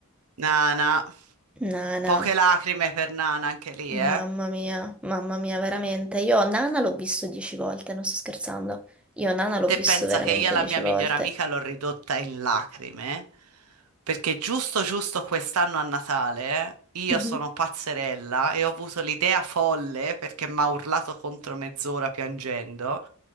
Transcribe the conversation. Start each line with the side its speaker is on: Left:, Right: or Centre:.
Right: Nana,
Centre: Nana,
Right: poche lacrime per Nana anche lì,
Centre: mamma
Right: eh.
Centre: mia, mamma mia, veramente. Io Nana l'ho visto dieci volte, non sto scherzando. Io Nana l'ho
Right: Te
Centre: visto
Right: pensa
Centre: veramente
Right: che io la
Centre: dieci
Right: mia
Centre: volte.
Right: migliore amica l'ho ridotta in lacrime? Perché giusto giusto quest'anno a Natale eh, io
Centre: Mhm.
Right: sono pazzerella e ho avuto l'idea folle perché mi ha urlato contro mezz'ora piangendo